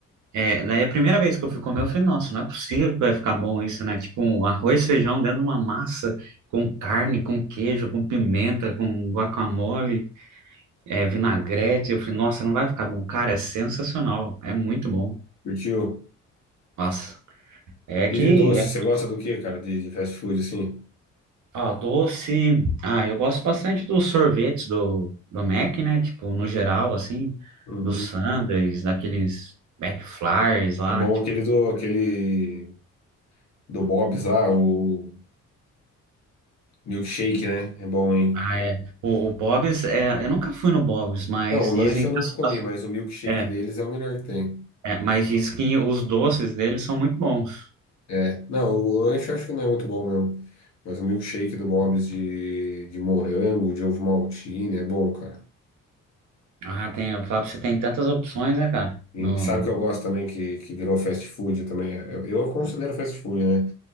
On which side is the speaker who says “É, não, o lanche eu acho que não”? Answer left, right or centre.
Left